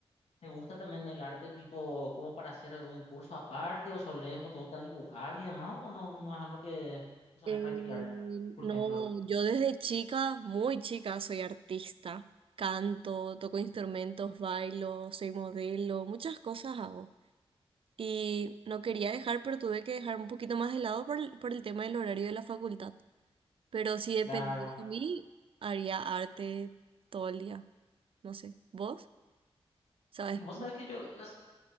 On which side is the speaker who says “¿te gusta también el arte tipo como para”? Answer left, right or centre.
Left